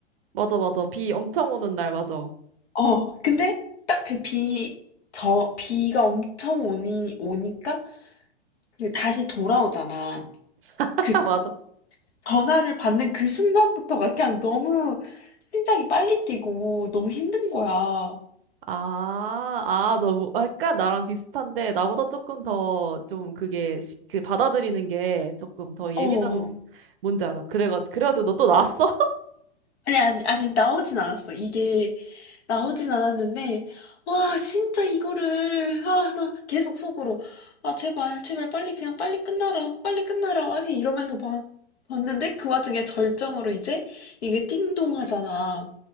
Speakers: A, on the right; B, on the left.
A: 맞아, 맞아. 비 엄청 오는 날, 맞아.
B: 어. 근데 딱 그 비 저 비가 엄청 오니 오니까 그 다시 돌아오잖아.
A: <laughs>
B: 그
A: 맞아.
B: 전화를 받는 그 순간부터가 그냥 너무 심장이 빨리 뛰고 너무 힘든 거야.
A: 아, 아, 너무, 아, 약간 나랑 비슷한데, 나보다 조금 더, 좀 그게, 시- 그 받아들이는 게 조금 더 예민한,
B: 어.
A: 뭔지 알아. 그래가지고, 그래가지고 너 또 나왔어?
B: 아니, 아니, 아니, 나오진 않았어. 이게 나오진 않았는데, 와, 진짜 이거를, 아, 나 계속 속으로, 아, 제발, 제발, 빨리, 그냥 빨리 끝나라, 빨리 끝나라, 막 이러면서 봐, 봤는데, 그 와중에 절정으로 이제, 이게 띵동 하잖아.